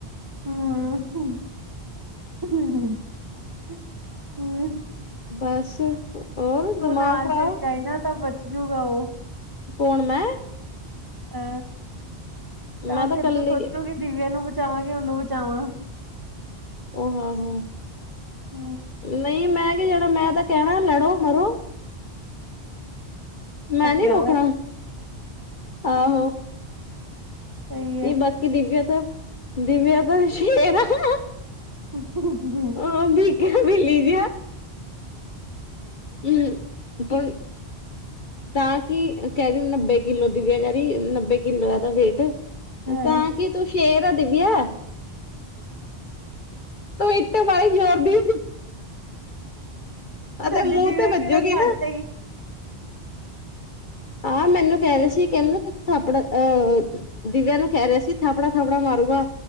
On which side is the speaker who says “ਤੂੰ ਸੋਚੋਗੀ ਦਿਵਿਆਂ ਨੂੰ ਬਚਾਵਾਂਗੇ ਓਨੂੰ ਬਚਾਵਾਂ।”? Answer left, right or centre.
Right